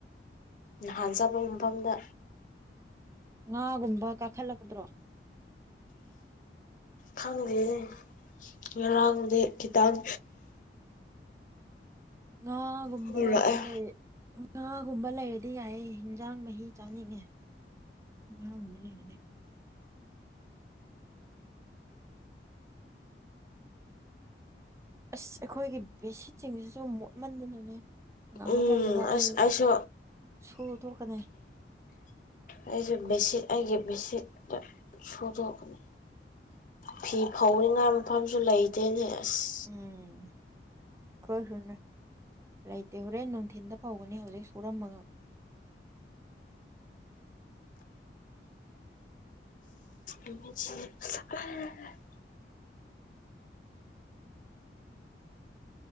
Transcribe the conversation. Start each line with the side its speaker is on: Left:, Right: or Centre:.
Left: ꯅꯍꯥꯟ ꯆꯠꯄ ꯃꯐꯝꯗ
Right: ꯉꯥꯒꯨꯝꯕ ꯀꯥꯈꯠꯂꯛꯀꯗ꯭ꯔꫭ
Left: ꯈꯪꯗꯦꯅꯦ ꯉꯔꯥꯡꯗꯤ ꯈꯤꯇꯪ
Right: ꯉꯥꯒꯨꯝꯕ
Left: ꯍꯧꯔꯛꯑꯦ
Right: ꯂꯩ ꯉꯥꯒꯨꯝꯕ ꯂꯩꯔꯗꯤ ꯌꯥꯏꯌꯦ ꯍꯤꯟꯖꯥꯡ ꯃꯍꯤ ꯆꯥꯅꯤꯡꯉꯦ ꯉꯥꯒꯨꯝꯕ ꯂꯩꯔꯗꯤ ꯑꯁ ꯑꯩꯈꯣꯏꯒꯤ ꯕꯦꯁꯤꯠꯁꯤꯡꯁꯤꯁꯨ ꯃꯣꯠꯃꯟꯗꯅꯅꯦ ꯉꯥꯍꯥꯛ
Left: ꯎꯝ
Right: ꯂꯩꯔꯒ
Left: ꯑꯁ
Right: ꯑꯩ
Left: ꯑꯩꯁꯨ
Right: ꯁꯨ ꯗꫭꯛꯀꯅꯤ
Left: ꯑꯩꯁꯨ ꯕꯦꯁꯤꯠ ꯑꯩꯒꯤ ꯕꯦꯁꯤꯠꯇ ꯁꯨꯗꯣꯛꯀꯅꯤ ꯐꯤ ꯐꯧꯅꯤꯉꯥꯢ ꯃꯐꯝꯁꯨ ꯂꯩꯇꯦꯅꯦ ꯑꯁ
Right: ꯎꯝ ꯑꯈꯣꯢꯁꯨꯅꯦ ꯂꯩꯇꯦ ꯍꯣꯔꯦꯟ ꯅꯨꯡꯊꯤꯟꯗ ꯐꯥꯎꯒꯅꯤ ꯍꯧꯖꯤꯛ ꯁꯨꯔꯝꯃꯒ
Left: ꯇꯨꯃꯤꯠ ꯆꯤꯛꯑ ꯑ <unintelligible>